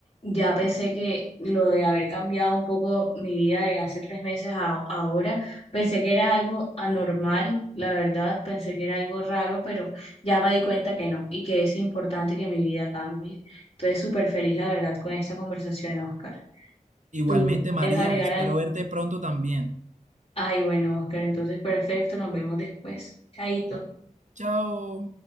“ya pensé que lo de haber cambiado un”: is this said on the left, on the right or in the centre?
Left